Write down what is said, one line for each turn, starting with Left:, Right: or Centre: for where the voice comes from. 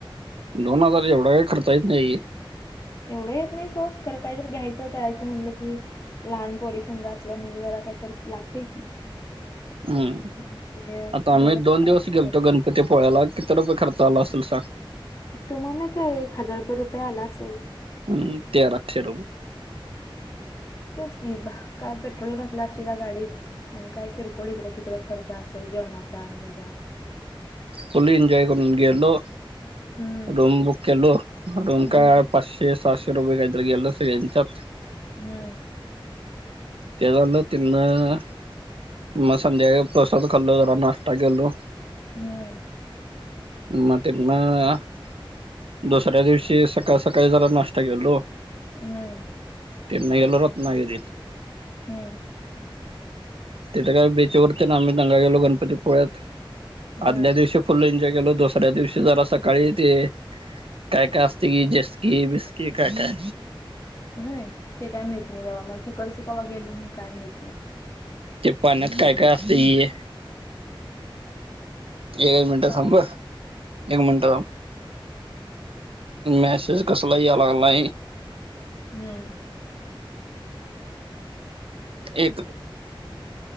Right: दोन हजार एवढा काही खर्चा येत नाहीे.
Left: एवढं येत नाही सोड, खरं काहीतरी घ्यायचं, करायचं म्हटलं की लहान पोरी संग असल्या म्हणजे जरा काहीत लागतंय की.
Right: हम्म,
Left: ते
Right: आता
Left: तेवढं
Right: आम्ही
Left: तर
Right: दोन
Left: पाहिजे
Right: दिवस गेलतो गण पतीपुळ्याला, किती रुपये खर्च आला असेल सांग?
Left: तुम्हाला काय, एक हजार भर रुपये आला असेल.
Right: हम्म, तेराशे रुपये.
Left: तेच की, काय पेट्रोल घातला असशीला गाडीत. आणि काय किरकोळ इकड, तिकड खर्च असल. जेवणाचा आणि हेजा.
Right: फुल एनजॉय करून, गेलो
Left: हम्म
Right: रूम बुक केलो, रुम
Left: हम्म
Right: काय पाच् तेे सातशे रुपये काही तरी गेला असता <unintelligible>
Left: हम्म.
Right: त्याला तिलंन <unintelligible> मग संध्याकाळी प्रसाद खाल्लो, जरा नाश्ता केलो.
Left: हम्म.
Right: म ते ना <unintelligible> दुसऱ्या दिवशी सकाळी, सकाळी जरा नाष्टा केलो.
Left: हम्म.
Right: तिथन गेलो रत्नागिरी.
Left: हम्म.
Right: तिथं काय बीच वरती ना आम्ही दंगा केलो गणपती पोळ्यात
Left: हा
Right: आदल्या दिवशी फुल एन्जॉय केल दुसऱ्या दिवशी जरा सकाळी ते काय, काय असते जस्की, बिस्की काय, काय
Left: होय ते काय माहित नाही बाबा मला तिकडच कवा गेलो काय माहित नाही.
Right: ते पाण्यात काय, काय असतये? एक मिनटं
Left: का
Right: थांब अ, एक मिनट थांब. मेसेज कशाला याय लागलाय?
Left: हम्म.
Right: एक <inaudible>